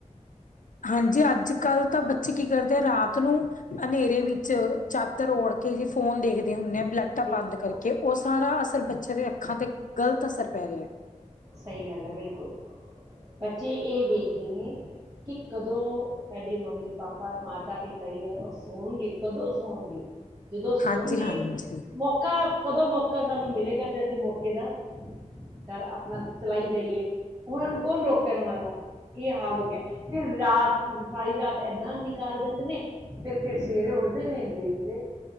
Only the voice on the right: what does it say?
ਬਿਲ-
ਸਹੀ ਗੱਲ ਹੈ ਬਿਲਕੁਲ, ਬੱਚੇ ਇਹ ਵੇਖਦੇ ਨੇ ਕਿ ਕਦੋਂ ਸਾਡੇ ਮੰਮੀ ਪਾਪਾ, ਮਾਤਾ ਪਿਤਾ ਹੀ ਹੈ ਉਹ ਸੌਣਗੇ ਕਦੋਂ ਸੌਣਗੇ ਜਦੋਂ ਸੋਣਗੇ
ਮੌਕਾ ਕਦੋਂ ਮੌਕਾ ਸਾਨੂੰ ਮਿਲੇਗਾ, ਤੇ ਅਸੀਂ ਮੌਕੇ ਦਾ ਘ ਬਸ ਚਲਾਈ ਜਾਈਏ, ਉਹਨਾਂ ਨੂੰ ਕੌਣ ਰੋਕਣ ਵਾਲਾ ਇਹ ਹਾਲ ਹੋ ਗਿਆ, ਫੇਰ ਰਾਤ ਸਾਰੀ ਰਾਤ ਏਦਾਂ ਨਿਕਾਲ ਦਿੰਦੇ ਨੇ ਫੇਰ ਫੇਰ ਸਵੇਰੇ ਉਠਦੇ ਨੇ ਲੇਟ ਲੇਟ